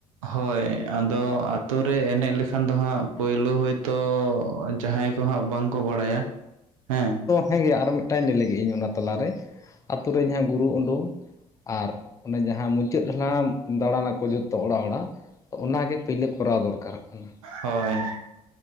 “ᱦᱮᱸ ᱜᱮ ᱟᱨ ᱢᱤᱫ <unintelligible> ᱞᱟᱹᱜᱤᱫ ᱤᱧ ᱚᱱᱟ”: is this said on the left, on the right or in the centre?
Left